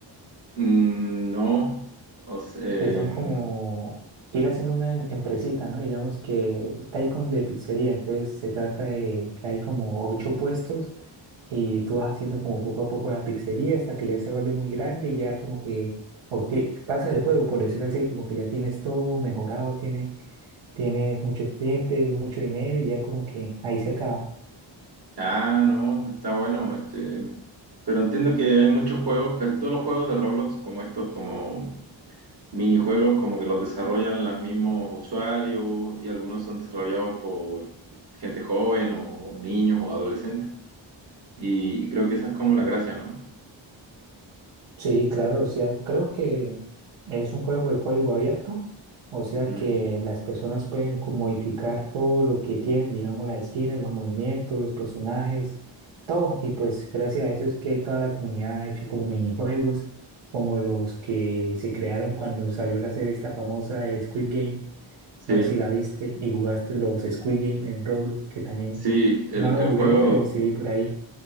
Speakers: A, on the right; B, on the right.
A: Mm, no. O se-
B: que son
A: em,
B: como ir haciendo una em- empresita, ¿no? Digamos que Taikon de pizzería, entonces se trata de que hay como ocho puestos y tú vas haciendo como poco a poco la pizzería hasta que ya se vuelve muy grande y ya como que o que pasa el juego, por decirlo así, como que ya tienes todo mejorado, tiene, tienes muchos clientes, mucho dinero y ya como que ahí se acaba.
A: ah, no, está bueno. Este, pero entiendo que hay muchos juegos, casi todos los juegos de Roblox, como estos, como minijuegos, como que los desarrollan los mismos usuarios y algunos son desarrollados por gente joven o niños o adolescentes. Y, y creo que esa es como la gracia, ¿no?
B: Sí, claro, o sea, creo que es un juego de código abierto, o sea
A: Mm.
B: que las personas pueden como modificar todo lo que tienen, digamos, las skins, los movimientos, los personajes, todo. Y pues gracias a eso es que toda la comunidad ha hecho como minijuegos, como los que se crearon cuando salió la serie esta famosa de Squid Game,
A: Sí,
B: no sé si la viste y jugaste los Squid Game en Roblox, que también
A: sí, el,
B: no lo
A: el
B: jugué,
A: juego.
B: pero sí vi por ahí.